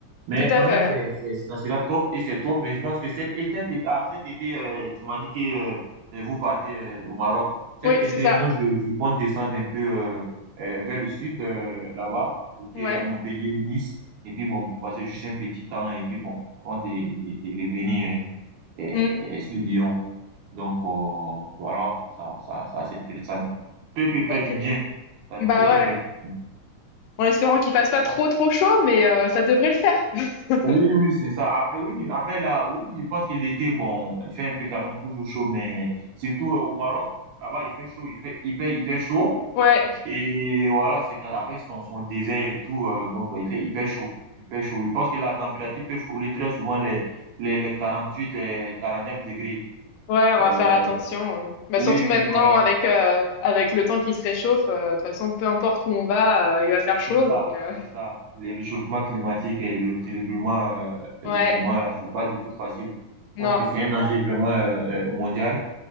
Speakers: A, on the right; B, on the left.
A: Mais
B: Tout à
A: quand
B: fait,
A: même,
B: ouais.
A: c'est, c'est, ça sera top et c'est top. Mais je pense que cette, et cette, ah, cet été, euh, tu m'as dit que euh, vous partez euh, au Maroc. Cet
B: Oui,
A: été,
B: c'est ça.
A: moi, je, je compte descendre un peu euh, euh, vers le sud, euh, là-bas, côté
B: Ouais.
A: euh, Montpellier, Nice. Et puis bon, pour passer juste un petit temps et puis bon, avant de, de, de revenir euh,
B: Mmh.
A: euh, sur Lyon. Donc euh, voilà, ça, ça, ça, c'est- ça ne peut que faire
B: OK.
A: du bien. Ça
B: Bah
A: ne peut que
B: ouais,
A: faire du bien.
B: en espérant qu'il fasse pas trop, trop chaud, mais heu, ça devrait le faire. <laughs>
A: Oui, oui, c'est ça. Après, oui, après là, oui, je pense qu'il était bon, il fait un peu quand même toujours chaud, mais surtout euh, au Maroc, là-bas, il fait chaud, il fait hyper, hyper chaud.
B: Ouais.
A: Et voilà, c'est qu'avec avec son, son désert et tout, euh, donc euh, il fait hyper chaud. Il fait chaud. Je pense que la température peut frôler très souvent les, les, les 48 les 49 degrés.
B: Ouais, on
A: Euh,
B: va faire attention. hein. Bah,
A: oui,
B: surtout
A: oui,
B: maintenant,
A: voilà,
B: avec, euh, avec le temps qui se réchauffe, euh, de toute façon, peu importe où on va, euh, il va faire
A: c'est
B: chaud.
A: ça,
B: Donc, euh,
A: c'est ça. Le réchauffement climatique et le dérèglement euh, du
B: ouais,
A: climat, là, c'est pas du tout facile. Je
B: non,
A: pense que c'est un danger vraiment euh, euh, mondial.